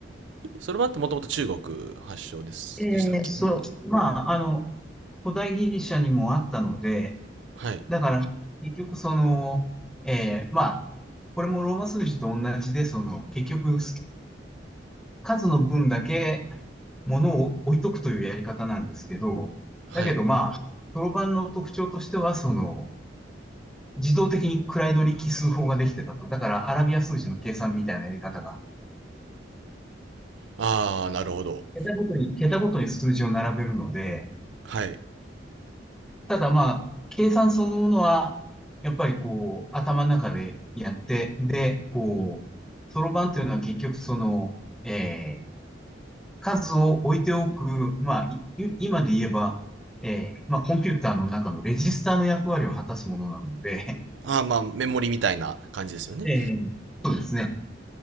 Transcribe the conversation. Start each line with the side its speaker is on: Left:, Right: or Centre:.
Right: そろばんってもともと中国発祥です。
Centre: ええそう、
Right: でしたっけね。
Centre: まあ、あの、古代ギリシャにもあったので、
Right: はい。
Centre: だから、結局その、えーまあ、これもローマ数字と同じで、その、結局、数の分だけ物を置いとくというやり方なんですけど、
Right: はい。
Centre: だけどまあ、そろロんの特徴としては、その、自動的に位取り奇数法ができてたと。だから、アラビア数字の計算みたいなやり方が、
Right: あー、なるほど。
Centre: 桁ごとに、桁ごとに数字を並べるので、
Right: はい。
Centre: ただまあ、計算そのものは、やっぱりこう、頭の中でやって、で、こう、そろばんというのは結局その、えー数を置いておく、まあ、い今で言えば、えーまあ、コンピューターの中のレジスターの役割を果たすものなので、
Right: あー、まあ、メモリみたいな感じですよね。
Centre: <laughs> えーそうですね。